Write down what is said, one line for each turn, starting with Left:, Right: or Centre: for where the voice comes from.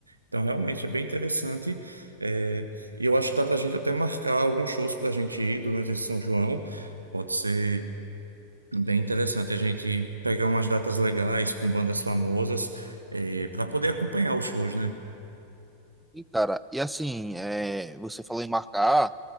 Right: Então realmente é bem interessante. é, e eu acho que dá para a gente até marcar alguns shows para a gente ir durante esse São João. Pode ser bem interessante a gente pegar umas datas legais com bandas famosas, para poder acompanhar os shows, né?
Centre: E, cara, e assim, é, você falou em marcar.